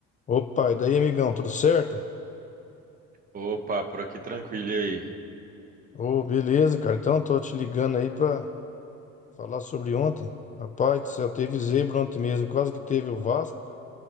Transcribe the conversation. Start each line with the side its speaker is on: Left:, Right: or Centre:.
Left: Opa, e daí, amigão, tudo certo?
Right: Opa, por aqui tranquilo e aí.
Left: Ô, beleza, cara. Então, tô te ligando aí pra falar sobre ontem. Rapaz do céu, teve zebra ontem mesmo. Quase que teve o Vasco